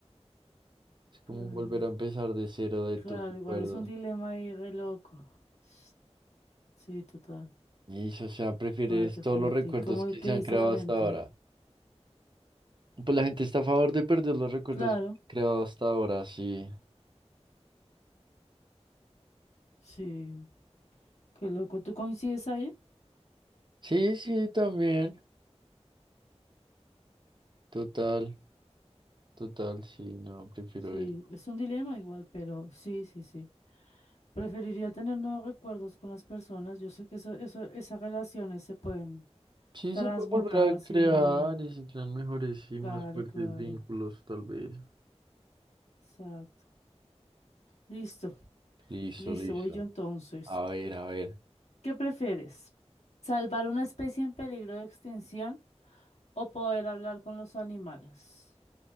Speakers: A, on the right; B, on the left.
A: Es como
B: Claro,
A: volver a empezar de cero de
B: claro,
A: tus recuerdos.
B: igual es un dilema ahí re loco. S- Sí, total.
A: Y, o sea, prefieres
B: Fuerte,
A: todos
B: fuerte.
A: los recuerdos
B: ¿Y cómo
A: que
B: es que
A: se han
B: dice
A: creado
B: la gente?
A: hasta ahora. Pues la gente está a favor de perder los recuerdos
B: Claro,
A: creados hasta ahora, sí.
B: sí. Qué loco. ¿Tú coincides ahí?
A: Sí, sí, también. Total, total, sí, no, prefiero
B: Sí,
A: ir.
B: es un dilema igual, pero sí, sí, sí. Preferiría tener nuevos recuerdos con las personas. Yo sé que eso, eso, esas relaciones se pueden
A: Sí,
B: transmutar
A: se puede volver
B: así
A: a crear
B: uno no.
A: y se crean mejores y
B: Claro,
A: más fuertes
B: claro.
A: vínculos, tal vez.
B: Exacto. Listo,
A: Listo,
B: listo,
A: listo.
B: voy yo entonces.
A: A ver, a ver.
B: ¿Qué prefieres? ¿Salvar una especie en peligro de extinción o poder hablar con los animales?